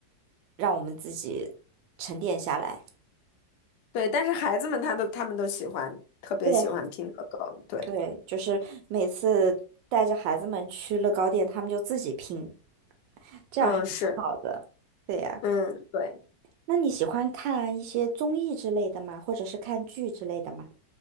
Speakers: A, on the right; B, on the left.
A: 让我们自己沉淀下来。
B: 对，但是孩子们他都他们都喜欢，特别喜欢拼乐高。
A: 对
B: 对，
A: 对，就是每次带着孩子们去乐高店，他们就自己拼，这样还蛮好的。
B: 嗯，是，
A: 对呀，
B: 嗯，对。
A: 那你喜欢看一些综艺之类的吗？或者是看剧之类的吗？